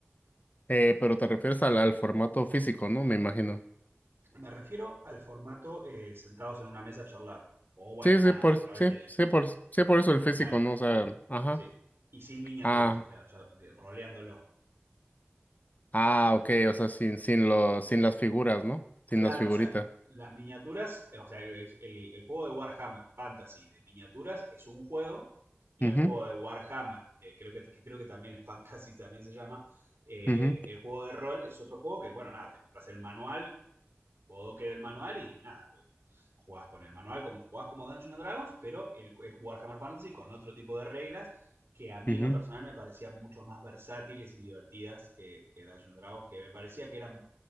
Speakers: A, on the left (about 40°); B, on the right (about 60°).
A: Eh, pero te refieres al, al formato físico, ¿no? Me imagino.
B: Me refiero al formato eh, sentados en una mesa charlando. O bueno,
A: Sí,
B: nada,
A: sí, por,
B: a través
A: sí,
B: de
A: sí, por, sí, por eso el
B: online.
A: físico, ¿no? O sea, ajá.
B: Sí. Y sin miniaturas,
A: Ah,
B: o sea, char- de- roleándolo.
A: ah, ok, o sea, sin, sin los sin las figuras, ¿no? Sin
B: Claro,
A: las figuritas.
B: o sea, las miniaturas, eh, o sea, el, el- el juego de Warhammer Fantasy de miniaturas es un juego y
A: Ujú,
B: el juego de Warhammer, eh, creo que, que creo que también es Fantasy, <laughs> también se llama, eh,
A: ujú,
B: el juego de rol es otro juego que, bueno, nada, te compras el manual, bodoque del manual y nada, eh, jugás con el manual como jugás como Dungeons and Dragons, pero el, ju- es Warhammer Fantasy con otro tipo de reglas que a mí
A: ujú.
B: en lo personal me parecían mucho más versátiles y divertidas que, que Dungeons and Dragons, que me parecía que eran